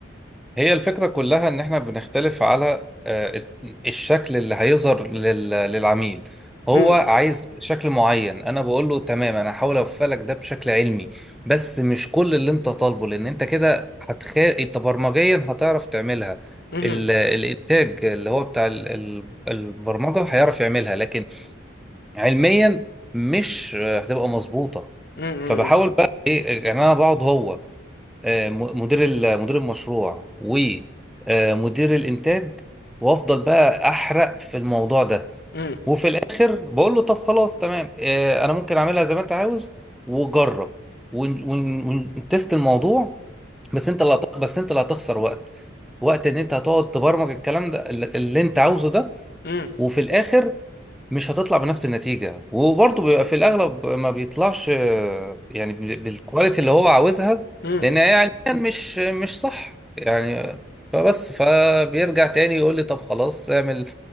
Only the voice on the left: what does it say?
امم
امم
امم امم
امم
امم
امم